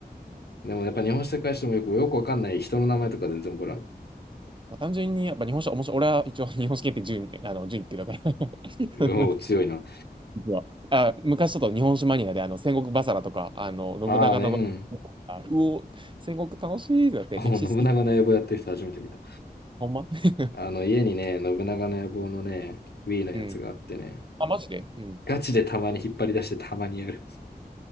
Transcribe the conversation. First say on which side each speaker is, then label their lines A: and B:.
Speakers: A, on the left; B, on the right.
A: でもやっぱ日本史世界史でもよく、よくわかんない人の名前とか全然覚えら
B: まあ、単純にやっぱ日本史は面白い。俺は一応日本史系って順、あの順位ってだから <laughs>
A: ん。おお、強いな。
B: 実は。あ、昔ちょっと日本史マニアであの戦国バサラとか、あの信長の、
A: ああね、
B: あうお、戦国楽しいってなって歴史好き。
A: うん。<laughs> おお、信長の野望やってる人初めて見た。
B: ほんま <laughs>
A: あの家にね、信長の野望のね、Wii のやつがあってね。
B: うん。あ、マジでうん。
A: ガチでたまに引っ張り出してたまにやる。